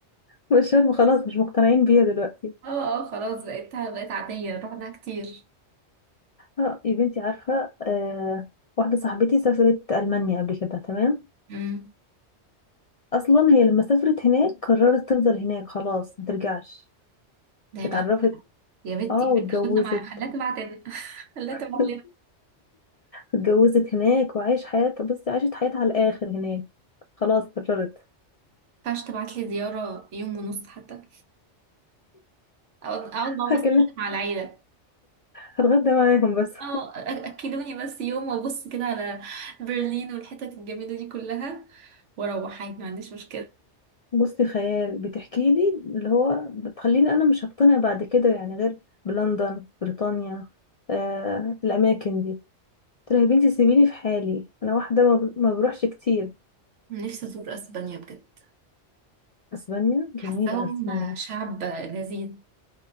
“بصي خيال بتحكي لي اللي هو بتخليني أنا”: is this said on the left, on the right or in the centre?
Left